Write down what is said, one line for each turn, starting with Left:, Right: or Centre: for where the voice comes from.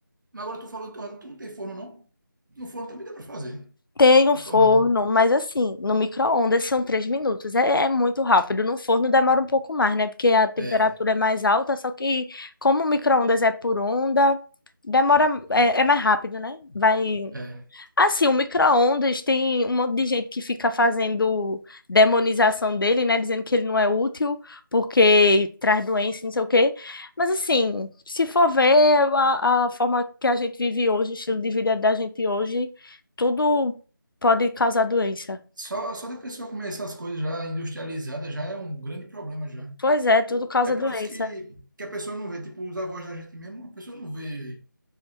Right: Mas agora tu falou de torrada, tu não tem forno, não? No forno também dá pra fazer.
Left: Tem
Right: A
Left: um forno,
Right: torrada.
Left: mas assim, no micro-ondas são três minutos. É, é muito rápido. No forno demora um pouco mais, né? Porque a temperatura
Right: É.
Left: é mais alta, só que como o micro-ondas é por onda, demora, é,
Right: É.
Left: é mais rápido, né? Vai
Right: é.
Left: Assim, o micro-ondas tem um monte de gente que fica fazendo demonização dele, né? Dizendo que ele não é útil porque traz doença, não sei o quê. Mas, assim, se for ver a, a forma que a gente vive hoje, o estilo de vida da gente hoje, tudo pode causar doença.
Right: Só, só da pessoa comer essas coisas já industrializadas já é um grande problema já.
Left: Pois é, tudo causa
Right: É por
Left: doença.
Right: isso que, que a pessoa não vê, tipo, os avós da gente mesmo, a pessoa não vê